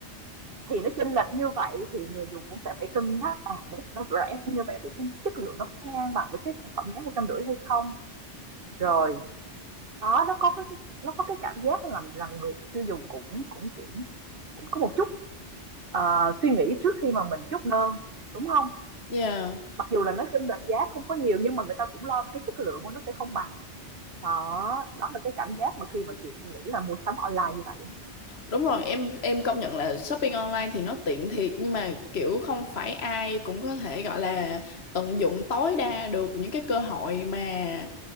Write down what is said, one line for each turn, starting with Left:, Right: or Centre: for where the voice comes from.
Right: thì nó chênh lệch như vậy thì người dùng cũng sẽ phải cân nhắc, à, nó rẻ như vậy thì không chất lượng nó có ngang bằng với cái sản phẩm giá một trăm rưỡi hay không? Rồi, đó, nó có cái nó có cái cảm giác làm rằng người tiêu dùng cũng cũng cũng cũng có một chút ờ, suy nghĩ trước khi mà mình chốt đơn đúng không
Left: Dạ.
Right: mặc dù là nó chênh lệch giá không có nhiều nhưng mà người ta cũng lo cái chất lượng của nó sẽ không bằng đó đó là cái cảm giác mà khi mà chị nghĩ là mua sắm online như vậy á.
Left: Đúng rồi, em em công nhận là shopping online thì nó tiện thiệt nhưng mà kiểu không phải ai cũng có thể gọi là tận dụng tối đa được những cái cơ hội mà